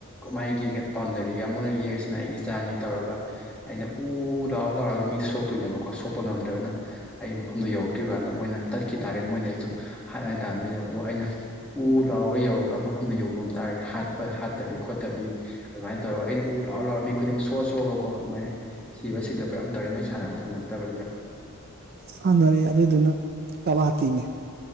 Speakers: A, in the centre; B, on the right.
A: ꯃꯥꯏꯒꯤ ꯍ‌ꯦꯛ ꯕꯥꯎꯟꯗꯔꯤꯒ ꯑꯃꯒ ꯌꯦꯛꯁꯤꯅ ꯑꯩꯒꯤ ꯏꯆꯥꯅꯤ ꯇꯧꯔꯒ ꯑꯩꯅ ꯎ ꯂꯥꯎꯔ ꯂꯥꯎꯔꯒ ꯃꯤꯗꯤ ꯁꯣꯛꯇꯣꯏꯅꯦꯕꯀꯣ ꯁꯣꯛꯄ ꯉꯝꯗ꯭ꯔꯕꯅ ꯑꯩ ꯃꯐꯝꯗꯣ ꯌꯧꯔꯛꯇ꯭ꯔꯤꯕ ꯀꯥꯟꯗ ꯃꯣꯏꯅ ꯇꯠꯈꯤ ꯇꯥꯔꯦ ꯃꯣꯏꯅ ꯑꯩꯗ‌ꯣ ꯍꯥꯏꯠ ꯍꯥꯏꯅꯥ ꯇꯥꯅꯗꯣꯏꯅꯦꯕ ꯑꯗꯣ ꯑꯩꯅ ꯎ ꯂꯥꯎꯔꯒ ꯌꯧꯔꯒ ꯃꯐꯝꯗ ꯌꯧꯉꯝ ꯇꯥꯔꯒꯗꯤ ꯍꯥꯠꯄ ꯍꯥꯠꯇꯕꯤ ꯈꯣꯠꯇꯕꯤ ꯑꯗꯨꯃꯥꯏꯅ ꯇꯧꯔꯒ ꯑꯩꯅ ꯎ ꯂꯥꯎꯔ ꯂꯥꯎꯔ ꯃꯤ ꯈꯨꯗꯤꯡ ꯁꯣꯛꯑ ꯁꯣꯛꯑꯒꯀꯣ ꯑꯗꯨꯃꯥꯏꯅ ꯁꯤꯕ ꯁꯤꯗꯕ ꯌꯥꯝ ꯇꯧꯔꯦ ꯅꯣꯏ ꯁꯥꯟꯅꯕꯔ ꯁꯥꯟꯅꯔꯛ ꯇꯕꯔ ꯑꯗꯨꯗ‌ꯣ
B: ꯁꯥꯟꯅꯔꯦ ꯑꯗꯨꯏꯗꯨꯅ ꯀꯕꯥꯇꯅꯦ